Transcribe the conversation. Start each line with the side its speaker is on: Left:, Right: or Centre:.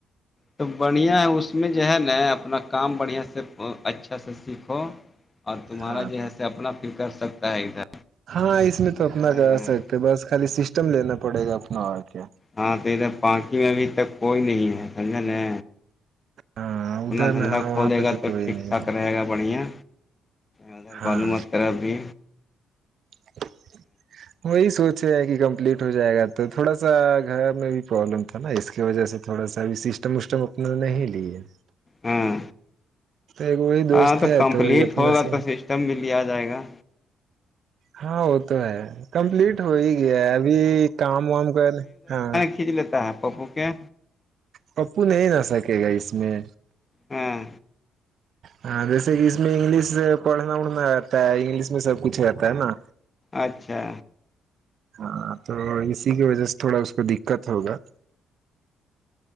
Left: تو بڑھیا اس میں جو ہے نا اپنا کام بڑھیا سے اچھا سے سیکھو اور تمہارا
Right: ہاں
Left: جو ہے اپنا فل کر سکتا ہے ادھر
Right: ہاں اس میں تو اپنا
Left: ہاں
Right: کر سکتے بس خالی سسٹم لینا پڑے گا اپنا اور کے
Left: ہاں تو ادھر پاناکی میں ابھی تک کوئی نہیں ہے سمجھلے
Right: ہاں
Left: اگر اپنا
Right: ادھر
Left: دھندا
Right: میں ہاں وہاں
Left: کھولے
Right: پہ
Left: گا تو
Right: کوئی
Left: ٹھیک
Right: نہیں
Left: ٹھاک
Right: ہے
Left: رہے گا بڑھیا ادھر
Right: ہاں
Left: بالو ماترا بھی
Right: <unintelligible> وہی سوچے ہیں کہ کمپلیٹ ہو جائے گا تو تھوڑا سا گھر میں بھی پرابلم تھا نا اس کی وجہ سے تھوڑا سا بھی سسٹم وسٹم اپنا نہیں لیے
Left: ہاں
Right: تو ایک وہی
Left: ہاں
Right: دوست ہے
Left: کمپلیٹ
Right: تو وہی اپنا
Left: ہوگا
Right: سے
Left: تو سسٹم بھی لیا جائے گا
Right: ہاں وہ تو ہے کمپلیٹ ہو ہی گیا ہے ابھی کام وام کر ہاں
Left: کھیچ لیتا ہے پپو کے
Right: پپو نہیں نہ سکے گا اس میں
Left: ہاں
Right: ہاں جیسے کہ اس میں انگلش پڑھنا اڑھنا رہتا ہے انگلش میں سب کچھ رہتا ہے نا
Left: اچھا
Right: ہاں تو اسی کی وجہ سے تھوڑا اس کو دقت ہوگا